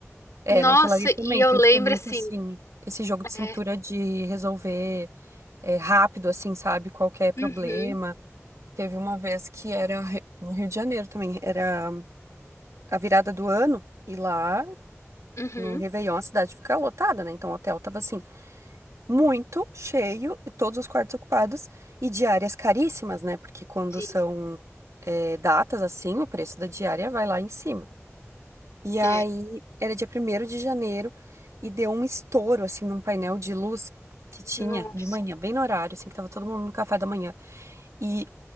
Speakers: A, on the right; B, on the left.
A: É,
B: Nossa,
A: na hotelaria também
B: e
A: tem
B: eu lembro
A: que ter muito,
B: assim.
A: assim, esse jogo de cintura
B: é,
A: de resolver. é, rápido, assim, sabe? Qualquer problema.
B: Uhum,
A: Teve uma vez que era re- no Rio de Janeiro também, era a virada do ano, e lá
B: uhum.
A: no Réveillon a cidade fica lotada, né? Então o hotel tava assim, muito cheio, e todos os quartos ocupados, e diárias caríssimas, né? Porque quando
B: Sim,
A: são é, datas assim, o preço da diária vai lá em cima. E aí
B: é.
A: era dia primeiro de janeiro, e deu um estouro, assim, num painel de luz que tinha
B: Nossa,
A: de manhã, bem no horário, assim, que tava todo mundo no café da manhã. e